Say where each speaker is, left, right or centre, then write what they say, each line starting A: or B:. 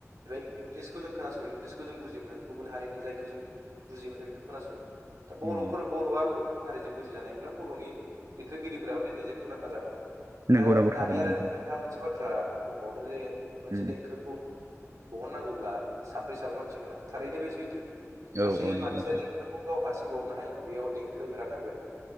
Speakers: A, on the right (about 85°); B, on the right (about 65°).
A: बे इंलिसखौ जों खोनासङो इंलिसखौ जों बुजि मोनो। गुबुन हारिनि जायखौ जों बुजि मोनो बेखौ खोनासङो। दा बर'फोर
B: उम
A: बर'आ गुबुन हारिजों बुजिजानाय मोनब्ला बर'नि देंखोगिरिफोराबो दिनै जे मुंदांखा जागौमोन।
B: नंगौ
A: दा-दानि
B: नंगौ थारैनो
A: आरो
B: नोंथां
A: नोंथाङा मोनसे बाथ्रा बुंबावदों जे मोनसे
B: उम
A: देंखोखौ बहननांगौब्ला साब्रै साबा मानसि गोनां। थारैनो बे सैथो,
B: औ
A: सासे
B: औ नंगौ
A: मानसिया
B: नोंथां
A: देंखोखौ खौ हारसिं बरननो हाया। बेयाव देंखो होग्रा थागोन